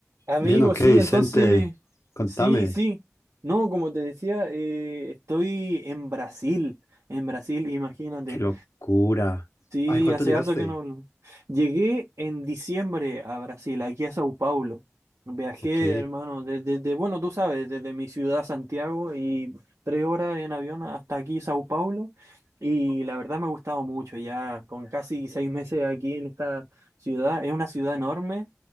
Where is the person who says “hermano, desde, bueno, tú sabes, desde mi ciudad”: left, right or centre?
Right